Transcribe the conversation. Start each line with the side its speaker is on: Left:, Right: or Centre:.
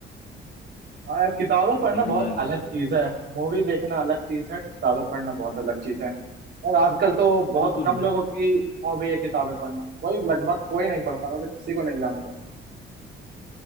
Right: हाँ यार किताबें पढ़ना
Left: मजा
Right: बहुत
Left: ही आ
Right: अलग
Left: गया
Right: चीज है मूवी देखना अलग चीज है किताबें पढ़ना बहुत अलग चीज है और आजकल तो बहुत
Left: बिल्कुल
Right: कम लोगों की हॉबी है किताबें पढ़ना कोई लगभग कोई नहीं पढ़ता मैं तो किसी को नहीं जानता